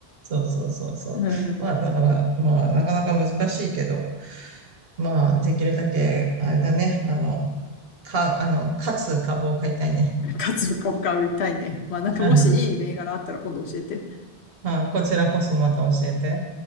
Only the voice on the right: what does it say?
そうそうそうそう。
まあ、だから、まあ、なかなか難しいけど、まあ、できるだけ、あれだね、あの、か、あの、勝つ株を買いたいね。
<laughs> あ、こちらこそまた教えて。